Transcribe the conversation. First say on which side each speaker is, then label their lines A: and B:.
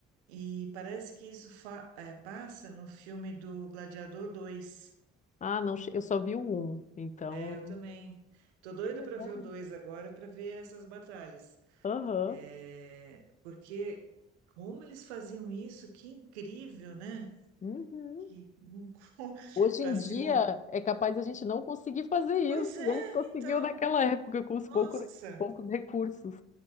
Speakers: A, on the right (about 85°); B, on the left (about 25°).
A: E parece que isso fa- é, passa no filme do Gladiador dois.
B: Ah, não, che- eu só vi o um, então.
A: É, eu também. Tô doida
B: Que Legal.
A: para ver o 2 agora, para ver essas batalhas.
B: Aham.
A: É, porque como eles faziam isso, que incrível, né?
B: Uhum.
A: Que <laughs>
B: Hoje
A: tá
B: em
A: simulando.
B: dia é capaz a gente não conseguir fazer isso.
A: Pois é,
B: E ele conseguiu
A: então,
B: naquela época com os
A: nossa.
B: poucos, poucos recursos.